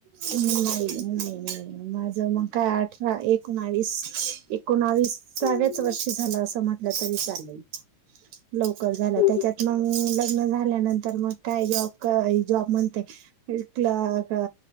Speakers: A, on the right; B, on the left.
A: ह नाही, नाही, अता नाही. माझ मग काय अठरा, एकोनावीस, एकोनावी वीसाव्याच
B: हम्म.
A: वर्षी झालं असंत म <unintelligible> तरी चालेल.
B: <unintelligible>
A: लवकर झालं
B: हम्म.
A: त्याच्यात मग लग्न झाल्यानंतर मग काय जॉब क जॉब म्हणते इथंला का?